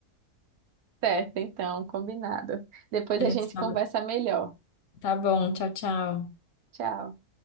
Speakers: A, on the right; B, on the left.
A: Certo, então, combinado. Depois
B: A
A: a
B: gente
A: gente
B: se fala.
A: conversa melhor.
B: Tá bom, tchau, tchau.
A: Tchau.